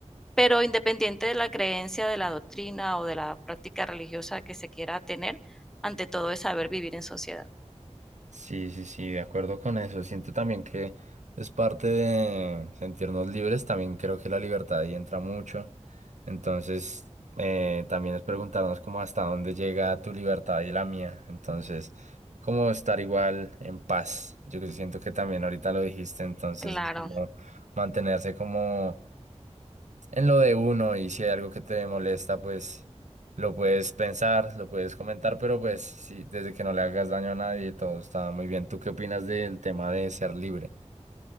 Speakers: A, in the centre; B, on the right.
A: Pero independiente de la creencia, de la doctrina o de la práctica religiosa que se quiera tener, ante todo es saber vivir en sociedad.
B: sí, sí, sí, de acuerdo con eso. Siento también que es parte de sentirnos libres. También creo que la libertad ahí entra mucho. Entonces, eh, también es preguntarnos como hasta dónde llega tu libertad y la mía. Entonces, cómo estar igual en paz. Yo que siento que también ahorita lo dijiste. Entonces,
A: Claro.
B: es como mantenerse como en lo de uno y si hay algo que te molesta, pues lo puedes pensar, lo puedes comentar, pero pues sí, desde que no le hagas daño a nadie, todo está muy bien. ¿Tú qué opinas del tema de ser libre?